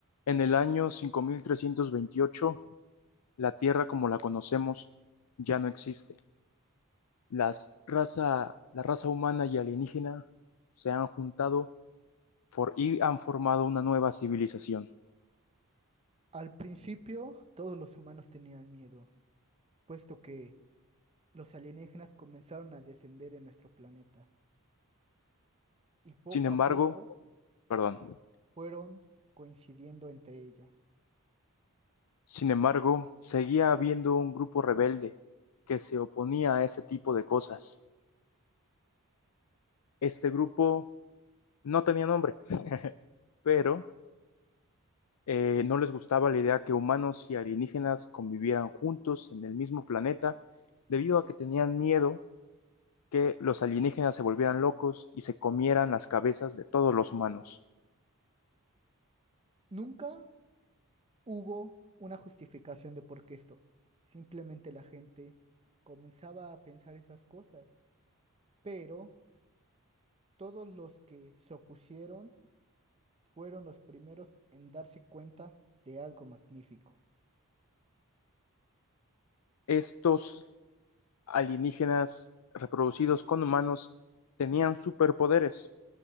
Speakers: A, on the left; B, on the right.
A: En el año 5328, la Tierra como la conocemos ya no existe. Las raza, la raza humana y alienígena se han juntado for- y han formado una nueva civilización.
B: Al principio, todos los humanos tenían miedo, puesto que los alienígenas comenzaron a descender en nuestro planeta y poco
A: Sin embargo,
B: a poco
A: perdón,
B: fueron coincidiendo entre ellas.
A: sin embargo, seguía habiendo un grupo rebelde que se oponía a ese tipo de cosas. Este grupo no tenía nombre, <laughs> pero eh, no les gustaba la idea que humanos y alienígenas convivieran juntos en el mismo planeta, debido a que tenían miedo que los alienígenas se volvieran locos y se comieran las cabezas de todos los humanos.
B: Nunca hubo una justificación de por qué esto. Simplemente la gente comenzaba a pensar esas cosas, pero todos los que se opusieron fueron los primeros en darse cuenta de algo magnífico.
A: Estos alienígenas reproducidos con humanos tenían superpoderes,